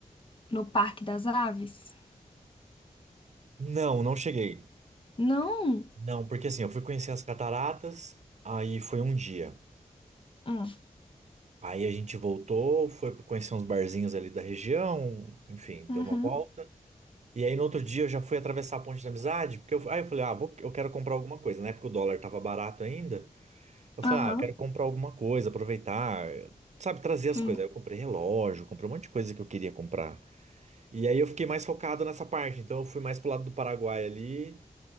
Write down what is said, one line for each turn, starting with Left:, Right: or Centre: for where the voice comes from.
Left: no Parque das Aves?
Right: Não, não cheguei.
Left: Não?
Right: Não, porque assim, eu fui conhecer as cataratas, aí foi um dia.
Left: Hum.
Right: Aí a gente voltou, foi conhecer uns barzinhos ali da região, enfim,
Left: Uhum.
Right: deu uma volta. E aí no outro dia eu já fui atravessar a ponte da amizade, porque eu, aí eu falei, ah, vou, eu quero comprar alguma coisa, né porque o dólar tava barato ainda. Eu
Left: Aham.
Right: falei, ah, eu quero comprar alguma coisa, aproveitar, sabe, trazer as
Left: Sim.
Right: coisas. Aí eu comprei relógio, comprei um monte de coisa que eu queria comprar. E aí eu fiquei mais focado nessa parte, então eu fui mais pro lado do Paraguai ali